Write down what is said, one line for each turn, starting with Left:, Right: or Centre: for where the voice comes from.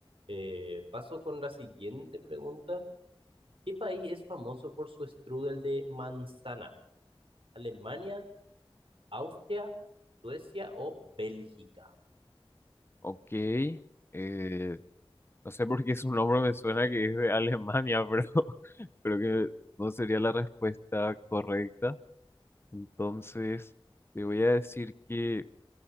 Right: Eh, paso con la siguiente pregunta. ¿Qué país es famoso por su strudel de manzana? ¿Alemania, Austria, Suecia o Bélgica?
Left: Ok. eh, no sé por qué su nombre me suena que es de Alemania, <laughs> pero creo que no sería la respuesta correcta. Entonces, te voy a decir que...